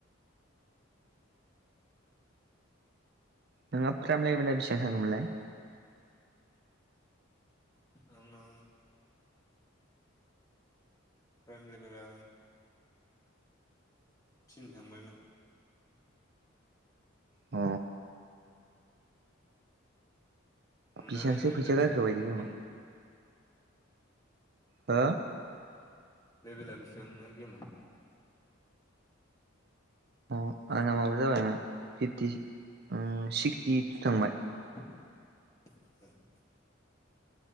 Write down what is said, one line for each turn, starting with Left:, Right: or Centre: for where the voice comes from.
Right: नोंहा फ्राम लेबेला बेसिबां थांखोमोनलाय?
Left: आंना फ्रायम लेबेला थिन थांबायमोन।
Right: अ।
Left: नोंनालाय
Right: बेसेबांसो
Left: लेबेलाय
Right: फैसा
Left: बेसेबां
Right: गारखो
Left: थांखोमोन
Right: बायदि गेमाव
Left: गेमना?
Right: हो।
Left: लेभेला बेसेबां नोंना गेमा?
Right: अ आंना माबा जाबायमोन फिफ्टि उम सिक्सटि थु थांबाय।
Left: <inaudible>